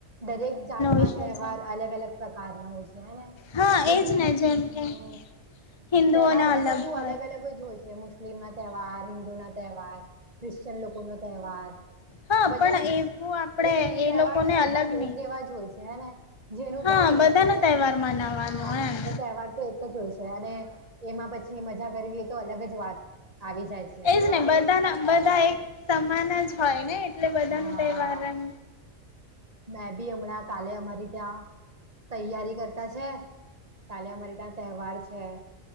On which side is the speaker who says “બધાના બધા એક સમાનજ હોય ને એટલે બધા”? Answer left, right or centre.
Left